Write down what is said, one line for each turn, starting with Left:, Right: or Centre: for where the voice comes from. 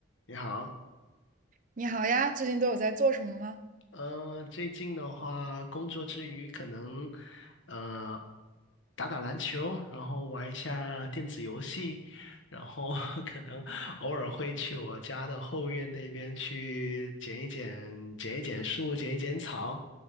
Left: 你好，
Right: 你好呀，最近都有在做什么吗？
Left: 呃，最近的话，工作之余可能呃打打篮球，然后玩一下电子游戏，然后 <laughs> 可能偶尔会去我家的后院那边去剪一剪、剪一剪树、剪一剪草，